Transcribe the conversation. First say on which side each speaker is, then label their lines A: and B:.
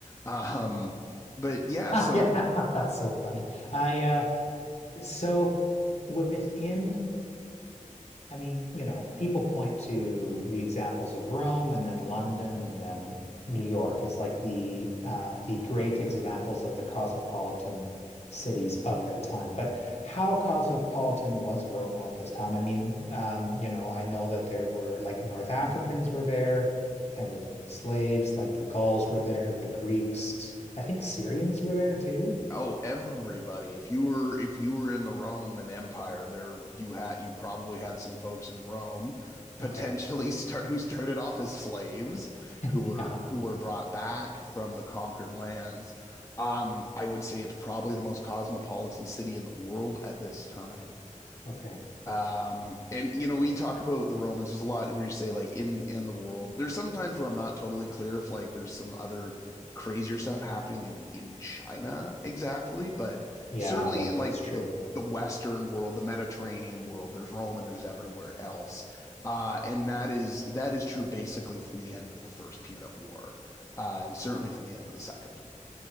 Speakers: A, on the left; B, on the left.
A: Um, but yeah,
B: <laughs> That's
A: so.
B: so funny. I uh so within I mean, you know, people point to the examples of Rome and then London and then New York as like the uh, the great examples of the cosmopolitan cities of their time. But how cosmopolitan was Rome at this time? I mean, um, you know, I know that there were like North Africans
A: Mhm.
B: were there, tended to be slaves, like the Gauls were there, the Greeks. I think Syrians were there too.
A: Oh, everybody. If you were if you were in the Roman Empire, there you had you probably had some folks in Rome potentially
B: Okay.
A: <laughs> start who started off as slaves
B: <laughs>
A: who were
B: Yeah.
A: who were brought back from the conquered lands. Um, I would say it's probably the most cosmopolitan city in the world at this time.
B: Okay.
A: Um, and you know, we talk about the Romans. There's a lot where you say like in in the world. There's some times where I'm not totally clear if like there's some other crazier stuff happening in in China exactly, but
B: Yeah,
A: certainly
B: that
A: in like
B: that's true.
A: the the Western world, the Mediterranean world, there's Rome and there's everywhere else. Uh, and that is that is true basically from the end of the First Punic War, uh, and certainly from the end of the Second.